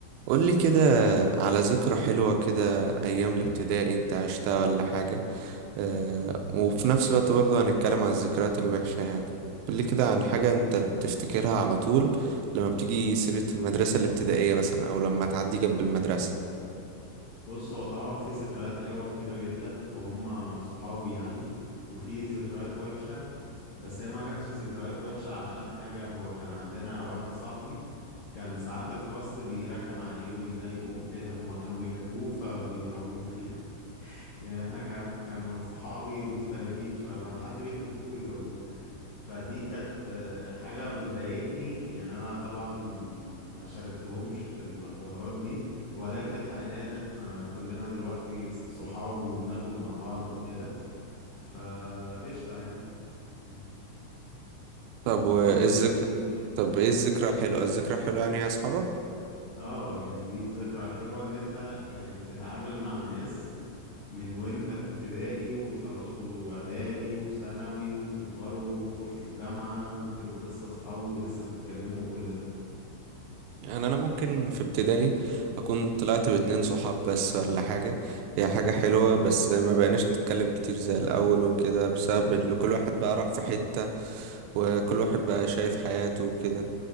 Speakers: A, on the right; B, on the left.
A: قولي كده على ذكرى حلوة كده أيام الابتدائي أنت عشتها ولا حاجة أه وفي نفس الوقت برضو هنتكلم عن الذكريات الوحشة يعني قولي كده عن حاجة أنت بتفتكرها على طول لما بتيجي سيرة المدرسة الابتدائية مثلا أو لما تعدي جنب المدرسة
B: بص هو طبعا في ذكريات حلوة كتيرة جدا وهم صحابي يعني وفي ذكريات وحشة بس هي ما كانتش ذكريات وحشة عشان حاجة هو كان عندنا واحد صاحبي كان ساعات الفصل بيرخم عليه ويضايقه وكده هما كانوا بيحبوه فبيضربوه <laughs> يعني احنا كان كانوا صحابي مختلفين شوية لما حد بيحبوه بيضربوه فدي كانت آه، حاجة بتضايقني يعني انا طبعا ما شاركتهمش في الحوارات دي ولكن حاليا احنا كلنا دلوقتي ص- صحاب وبنخرج مع بعض وكده فقشطة يعني م.
A: طب وإيه
B: انت
A: الذك...
B: ايه في اي
A: طب إيه الذكرى الحلوة الذكرى الحلوة يعني يا أصحابك
B: اه يعني دي الذكرى الحلوة ان انت يعني بتتعامل مع ناس من وانت في ابتدائي وتخلصوا اعدادي وثانوي وتكبروا وتخشوا الجامعة وتبقوا لسه اصحاب ولسه بتتكلموا وكل ده
A: يعني انا ممكن في ابتدائي اكون طلعت باتنين صحاب بس ولا حاجة هي حاجة حلوة بس ما بقيناش نتكلم كتير زي الاول وكده بسبب ان كل واحد بقى راح في حتة وكل واحد بقى شايف حياته وكده